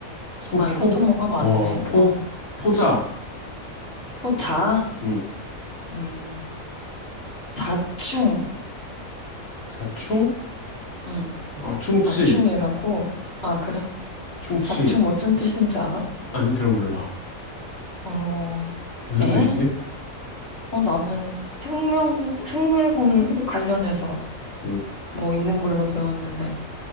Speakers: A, on the left; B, on the left.
A: 소포?
B: 아, 이것도 뭐가 많네.
A: 어, 포?
B: 어,
A: 포자.
B: 포자,
A: 응.
B: 음, 자충,
A: 자, 충?
B: 음,
A: 어, 충치.
B: 자충이라고. 아, 그래?
A: 충치.
B: 자충 무슨 뜻인지 알아?
A: 아니, 잘 몰라.
B: 어,
A: 무슨
B: 에?
A: 뜻이지?
B: 어, 나는 생명, 생물 관- 관련해서
A: 응.
B: 뭐 있는 걸로 배웠는데.